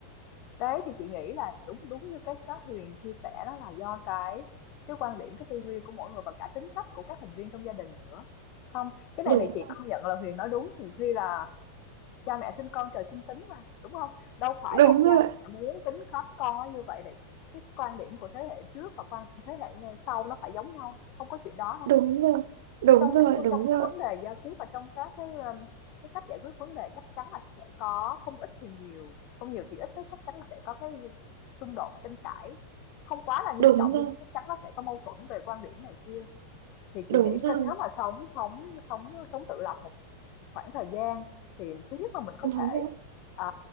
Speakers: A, on the left; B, on the right.
A: Đấy thì chị nghĩ là đúng đúng như cái cái Huyền chia sẻ đó là do cái cái quan điểm cái tư duy của mỗi người và cả tính cách của các thành viên trong gia đình nữa không cái này
B: đúng
A: này chị công nhận là Huyền nói đúng nhiều khi là cha mẹ sinh con trời sinh tính mà đúng không đâu phải
B: đúng
A: là cha
B: rồi
A: mẹ muốn tính khắp con nó như vậy để cái quan điểm của thế hệ trước và quan điểm thế hệ ngay sau nó phải giống nhau không có chuyện đó đâu
B: đúng rồi đúng
A: trong
B: rồi
A: cái
B: đúng
A: trong cái
B: rồi
A: vấn đề giao tiếp và trong các cái um, cái cách giải quyết vấn đề chắc chắn là sẽ có không ít thì nhiều không nhiều thì ít đó, chắc chắn là sẽ có cái xung đột tranh cãi không quá là nghiêm
B: đúng
A: trọng
B: rồi
A: nhưng mà chắc chắn nó sẽ có mâu thuẫn về quan điểm này kia thì chị
B: đúng
A: nghĩ
B: rồi
A: cái nếu mà sống sống sống sống tự lập một khoảng thời gian thì thứ nhất là mình có
B: đúng
A: thể,
B: rồi
A: ờ,